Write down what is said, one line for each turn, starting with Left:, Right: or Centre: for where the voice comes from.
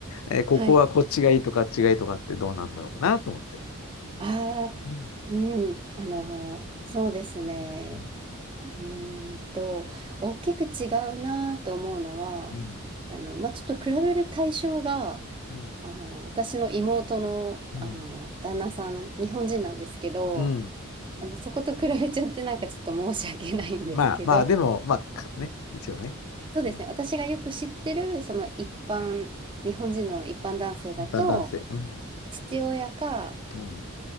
Left: えーここはこっちがいいとかあっちがいいとかってどうなんだろうなと思って。
Right: はい。ああ、
Left: うん
Right: うん。あのーそうですね。
Left: うん
Right: うーんと、大きく違うなと思うのは、
Left: うん
Right: あの、まあ、ちょっと比べる対象が、
Left: う
Right: あの、私の妹の、
Left: ん
Right: あの、旦那さん、日本人なんですけど、
Left: うん。
Right: あの、そこと比べちゃってなんかちょっと申し訳ないんですけど、
Left: まあまあ、でも、まあ、かね、一応ね。
Right: そうですね、
Left: うん。
Right: 私がよく知ってる、その一般、日本人の一般男性だと、
Left: 一般男性。うん。
Right: 父親か、
Left: うん。